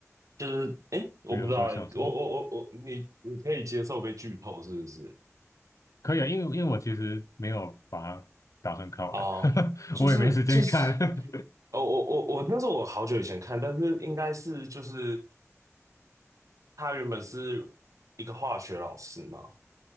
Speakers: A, on the right; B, on the left.
A: 就是，诶，我不知道欸我我我我，
B: 比如说像什么，
A: 你你可以接受被剧透是不是？
B: 可以啊，因为因为我其实没有把它打算看完，
A: 哦，
B: <laughs>
A: 就是就是，
B: 我也没时间看。<laughs>
A: 哦，我我我那是我好久以前看，但是应该是就是他原本是一个化学老师嘛，